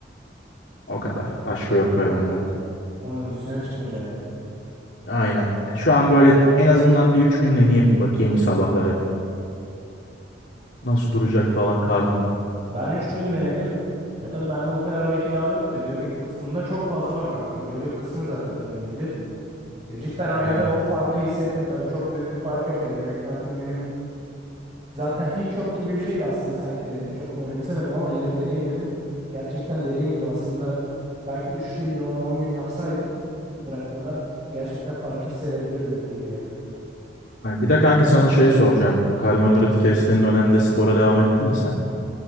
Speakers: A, on the left (about 75°); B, on the right (about 35°).
A: O kadar. Başka yok karbonhidrat.
B: Onun üstüne çıkmayacaksın yani.
A: Aynen. Ya şu an böyle en azından bir üç gün deneyeyim Bakayım bir sabahları. Nasıl duracak falan karnım.
B: Ben 3 gün denedim. Ya tabii bende o kadar belki yağ yok da göbek kısmında çok fazla var kanka. Göbek kısmı zaten önemliydi. Ya cidden aynada
A: Aynen.
B: o farkı hissettim. Tabii çok büyük bir fark yok. Yani beklentim benim zaten hiç yok gibi bir şeydi aslında sen ilk dediğinde. Çok önemsemedim ama yine bir deneyim dedim. Gerçekten dediğin gibi aslında belki 3 dille onu 10 gün yapsaydım bırakmadan gerçekten farkı hissedebilirdim gibi ya.
A: Aynen. Bir de kanka sana şey soracağım. Bu karbonhidratı kestiğin dönemde spora devam ettin mi sen?